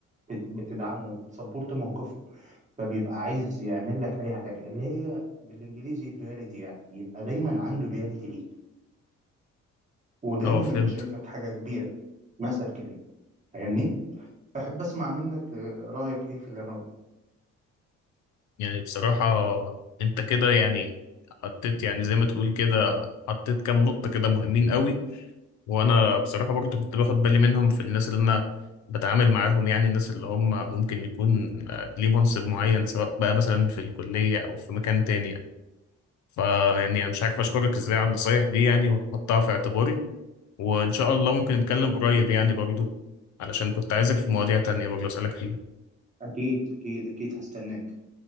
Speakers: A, on the right; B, on the left.
A: ب- بتدعمه وبتسبورت موقفه فبيبقى عايز يعمل لك اي حاجة اللي هي بالانجليزي اللويالتي يعني يبقى دايما عنده لويالتي ليك ودايما
B: اه فهمت
A: يبقى شايفك حاجة كبيرة مثل كبير فاهمني؟ احب اسمع منك آه، رأيك ايه في اللي انا قلته
B: يعني بصراحه انت كده يعني حطيت يعني زي ما تقول كده حطيت كام نقطه كده مهمين قوي وانا بصراحه برضو كنت باخد بالي منهم في الناس اللي انا بتعامل معاهم يعني الناس اللي هم ممكن يكون آه، ليه منصب معين سواء بقى مثلا في الكليه او في مكان تاني يعني. فيعني انا مش عارف اشكرك ازاي على النصايح دي يعني وهحطها في اعتباري وإن شاء الله ممكن نتكلم قريب يعني برضو علشان كنت عايزك في مواضيع تانية برضو أسألك فيها
A: اكيد اكيد اكيد هستناك